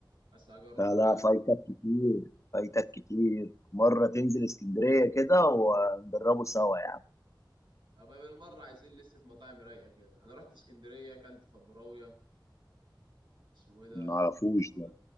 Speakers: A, on the right; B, on the left.
A: بس هجربه
B: لا لا
A: يعني
B: فايتك كتير فايتك كتير مره تنزل اسكندريه كده ونجربه سوا يا عم
A: طب بالمرة عايزين لستة مطاعم رايقة كده أنا رحت اسكندرية أكلت فبراوية اسمه إيه ده
B: ما اعرفوش
A: كنا
B: ده